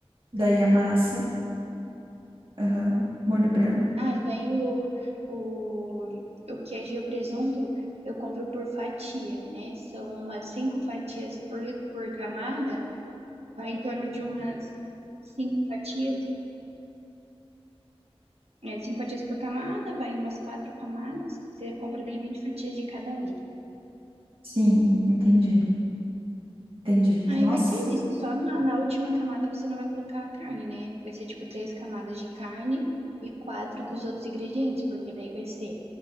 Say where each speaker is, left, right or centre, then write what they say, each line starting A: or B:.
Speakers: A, on the right (about 60°); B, on the right (about 80°).
A: daí a massa, aham, molho branco.
B: Ah, e daí o, o, o queijo e o presunto eu compro por fatia, né? São umas cinco fatias por, por camada, vai em torno de umas cinco fatias É cinco fatias por camada, vai umas quatro camadas. Você compra daí 20 fatias de cada um.
A: Sim, entendi, entendi.
B: Aí
A: Nossa.
B: vai ser isso. Só na, na última camada você não vai colocar a carne, né? Vai ser tipo três camadas de carne e quatro dos outros ingredientes, porque daí vai ser